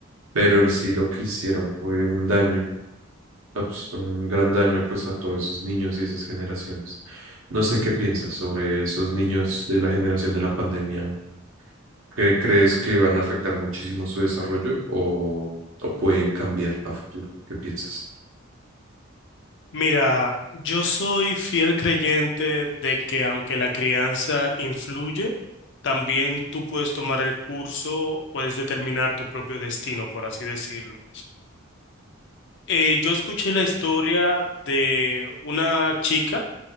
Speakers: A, on the right; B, on the left.
A: pero en sí lo que hicieron fue un daño, abs- un gran daño pues a todos esos niños y esas generaciones. No sé qué piensas sobre esos niños de la generación de la pandemia ¿Cre- ¿Crees que van a afectar muchísimo su desarrollo o, o pueden cambiar a futuro? ¿Qué piensas?
B: Mira, yo soy fiel creyente de que aunque la crianza influye, también tú puedes tomar el curso, puedes determinar tu propio destino, por así decirlo. Eh, yo escuché la historia de una chica